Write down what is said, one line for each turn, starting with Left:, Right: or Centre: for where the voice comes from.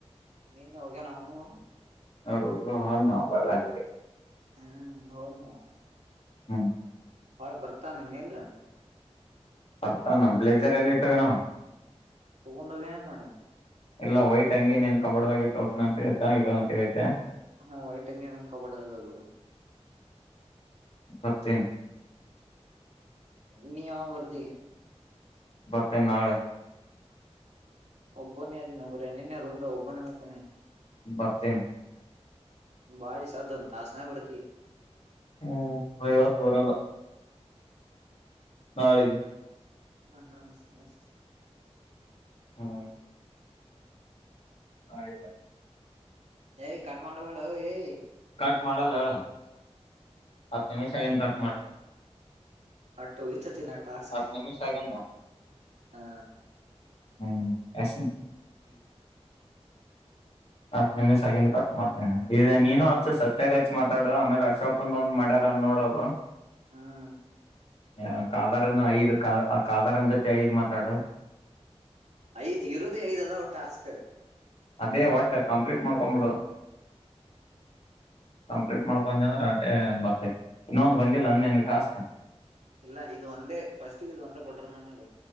Right: ನೀನ್ನಿ ಹೋಗ್ಯನ ಅವನು.
Left: ಹರುದ್ರ. <unintelligible>
Right: ಹ್ಮ್ ಹೌದನು.
Left: ಹ್ಮ.
Right: ಹೋಳಿ ಬರ್ತಾನೆನ್ನಲ್ಲ.
Left: ಬರ್ತಾನ ಬ್ಲೇಜರ್ ಎಲ್ಲಿ ಇಟ ಹೋಗ್ಯಾನ್ ಅವ.
Right: ತಗೊಂಡೋಗ ಏನ್ ಮಾಡ್ಯಣ.
Left: ಇಲ್ಲ ವೈಟ್ ಅಂಗಿ ನೀನ್ ಕಬಡ್ಡ್ದಾಗ ಟ್ಟೋ ಅಂತ ಇದ್ದ ಇಡೋ ಅಂತ ಇದ್ದೆ.
Right: ಹಾ ವೈಟ್ಂಗಗೆ ಕಬಡದಾಗ ಅದು ಬಿಡು.
Left: ಬರ್ತನ.
Right: ನೀ ಯಾವಾಗ ಬರ್ತಿ.
Left: ಬರ್ತೇನ ನಾಳೆ.
Right: ಒಬ್ಬ ನೀ ಅದಿನ ಮರಾಯ ನಿನ್ನೆ ರೂಮ್ದಾವ ಒಬ್ಬೋನ ಮಕ್ಕೊಂದಿನಿ.
Left: ಬರ್ತನ್.
Right: ಬಾ ಎ ಸದ್ದ ಒಂದ ತಾಸನ ಬರ್ತೀ.
Left: ಹ್ಮ್ ನಾ ಇವತ್ತು ಬರಲ್ಲ. ನಾಳೆಗೆ.
Right: ಹ್ಮ ಹ್ಮ.
Left: ಹ್ಮ. ನಾಳಿಗ ಬರತೀನ.
Right: ಏ ಕಟ್ ಮಾಡ್ಬೇಡ ಏ.
Left: ಕಟ್ ಮಾಡಲ್ಲ ಹೇಳ. ಹತ್ತ ನಿಮಿಷ ಆಗಿಂದ ಕಟ್ ಮಾಡ್ತನ.
Right: ಹಟ್ಟ ಹೋಗಿ. <unintelligible> ಟಾಸ್ಕ್
Left: ಹತ್ ನಿಮಿಷ ಆಗಿಂದ
Right: ಹಾ.
Left: ಹಾಂ ಎಸನ್. ಅ ನಿಮಿಷ ಆಗಿಂದ ಕಟ್ ಮಾಡ್ತೇ ನೀನು ಅಚ್ಚು ಸತ್ಯಾಗಚ್ಚ ಮಾತಡ ಆಮೇಲೆ ಅಶೋಕಂದ ಒಂದ್ ಮಾಡ್ಯಾರ ಅನ್ ನೋಡರು.
Right: ಹ್ಮ್
Left: ಯ ಕಾದಾರನ್ ಐದ್ ಕಾ ಕಾದಾರನ್ ಜೊತೆ ಐದ್ ಮಾತಾಡು.
Right: ಐದ್ ಇರುದೇ ಐದ್ ಅದಾವ ಟಾಸ್ಕ್.
Left: ಅದೇ ಒಟ್ಟೆ ಕಂಪ್ಲೀಟ್ ಮಾಡ್ಕೊ್ಬಿಡು ಕಂಪ್ಲೀಟ್ ಮಾಡ್ಕೊಂಡ ಅಂದ್ರೆ ಅಟ್ಟೇ ಬರ್ತ ಇನ್ನೊಂದು ಬಂದಿಲ್ಲ ನಂದ ನನ್ಗೆ ಟಾಸ್ಕ್.
Right: ಇಲ್ಲ ಇದು ಒಂದೇ ಫಸ್ಟಗೆ ಇದ ಒಂದೇ ಕೊಟ್ರ ನಂಗ.